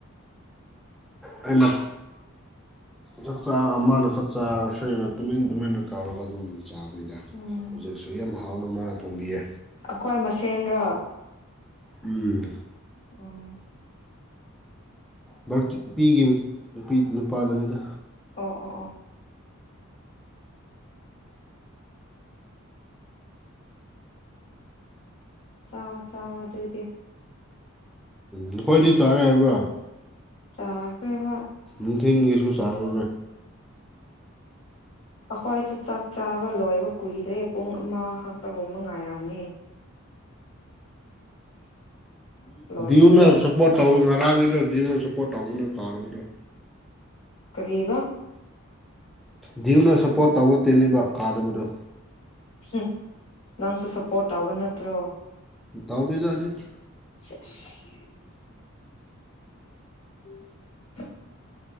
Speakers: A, in the centre; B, on the left.
A: ꯑꯩꯅꯛ ꯆꯥꯛꯆꯥ ꯑꯃꯅ ꯆꯥꯛꯆꯥ ꯑꯁꯣꯏꯅ ꯇꯨꯃꯤꯟ ꯇꯨꯃꯤꯟꯅ ꯀꯥꯎꯔꯒ ꯑꯗꯨꯝ ꯆꯥꯕꯩꯗ
B: ꯎꯝ
A: ꯍꯧꯖꯤꯛꯁꯨ ꯌꯥꯝ ꯍꯥꯎꯅ ꯃꯥꯅ ꯊꯣꯡꯕꯤꯌꯦ
B: ꯑꯩꯈꯣꯏ ꯃꯁꯦꯟꯔꯣ
A: ꯎꯝ
B: ꯎꯝ
A: ꯚꯔꯀꯤ ꯅꯨꯄꯤꯒꯤ ꯅꯨꯄꯤ ꯅꯨꯄꯥꯗꯨꯅꯤꯗ
B: ꯑꯣ ꯑꯣ ꯑꯣ ꯆꯥꯣ ꯆꯥꯎꯥꯑꯣꯣ ꯑꯗꯨꯗꯤ
A: ꯅꯈꯣꯏꯗꯤ ꯆꯥꯔꯦ ꯍꯥꯏꯕ꯭ꯔꯣ
B: ꯆꯥꯛꯈꯔꯍ
A: ꯁꯝꯊꯤꯡ ꯏꯁꯁꯨ ꯁꯥꯔꯣ
B: ꯑꯩꯈꯣꯏꯁꯨ ꯆꯥꯛ ꯆꯥꯕ ꯂꯣꯏꯕ ꯀꯨꯏꯗ꯭ꯔꯦ ꯄꯨꯡ ꯑꯃꯈꯛꯇꯒꯨꯝꯕ ꯉꯥꯏꯔꯝꯅꯤ ꯂꯣꯏꯕꯗꯣ
A: ꯭ꯌꯅ ꯁꯞꯄꯣꯔꯠ ꯇꯧ ꯉꯔꯥꯡꯒꯤꯗꯣ ꯭ꯅ ꯁꯞꯄꯣꯔꯠ ꯇꯧꯒꯅ ꯀꯥꯔꯕꯗꯣ
B: ꯀꯔꯤꯕ
A: ꯗꯤꯌꯨꯅ ꯁꯞꯄꯣꯔꯠ ꯇꯧꯕ ꯇꯤꯟꯜꯂꯤꯕ ꯀꯥꯗꯕꯗꯨ
B: ꯎꯝ ꯅꯪꯁꯨ ꯁꯞꯄꯣꯔꯠ ꯇꯧꯕ ꯅꯠꯇ꯭ꯔꯣ
A: ꯇꯥꯎꯕꯤꯗ ꯑꯗꯨꯗꯤ
B: <inaudible> ꯎꯝ